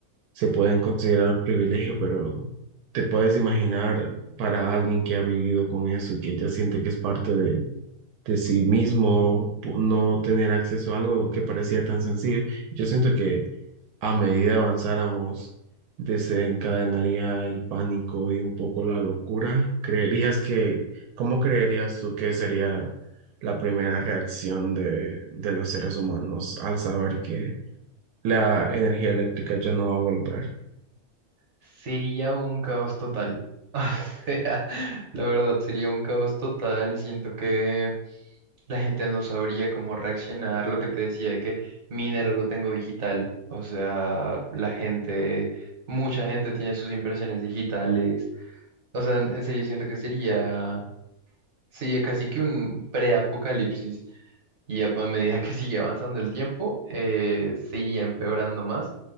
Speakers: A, on the right; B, on the right.
A: se pueden considerar privilegio, pero te puedes imaginar para alguien que ha vivido con eso y que ya siente que es parte de de sí mismo, po- no tener acceso a algo que parecía tan sencillo. Yo siento que a medida avanzáramos, desencadenaría el pánico y un poco la locura. ¿Creerías que, cómo creerías tú que sería la primera reacción de, de los seres humanos al saber que la energía eléctrica ya no va a volver?
B: Sería un caos total. <laughs> O sea, la verdad, sería un caos total. Siento que la gente no sabría cómo reaccionar. Lo que te decía de que mi dinero lo tengo digital. O sea, la gente, mucha gente tiene sus impresiones digitales O sea, en en serio siento que sería, sería casi que un preapocalipsis. Y a a medida que <laughs> sigue avanzando el tiempo, eh, se iría empeorando más,